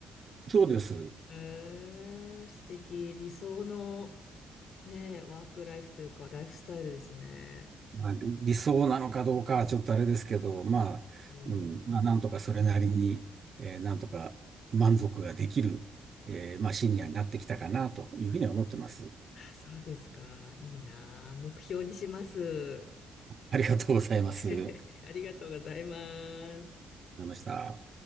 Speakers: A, on the right; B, on the left.
A: そうです。
B: へえ、素敵。理想のねえ、ワークライフというか、ライフスタイルですね。
A: まあ、理想なのかどうかはちょっとあれですけど、まあ、
B: うん。
A: うん、まあなんとかそれなりに、えーなんとか満足ができる、えーまあシニアになってきたかなというふうには思ってます。
B: あ、そうですか。いいなあ。目標にします。
A: ありがとうございます。
B: <laughs> ありがとうございます。
A: りました。